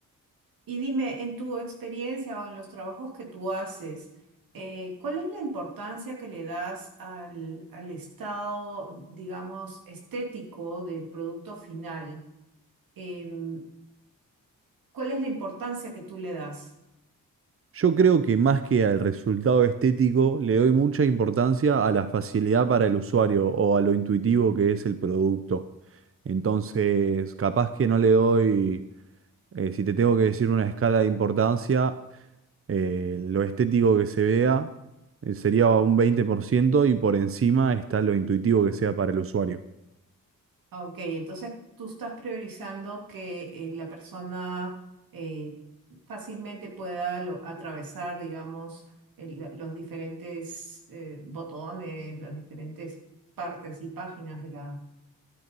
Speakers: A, on the right; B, on the right.
A: Y dime, en tu experiencia o en los trabajos que tú haces, eh, ¿cuál es la importancia que le das al, al estado, digamos, estético del producto final? Em, ¿cuál es la importancia que tú le das?
B: Yo creo que más que al resultado estético, le doy mucha importancia a la facilidad para el usuario o a lo intuitivo que es el producto. Entonces, capaz que no le doy, eh, si te tengo que decir una escala de importancia, eh, lo estético que se vea, eh, sería un 20% y por encima está lo intuitivo que sea para el usuario.
A: Ah, Ok, entonces tú estás priorizando que eh, la persona eh, fácilmente pueda lo- atravesar, digamos, el- los diferentes eh, botones, las diferentes partes y páginas de la,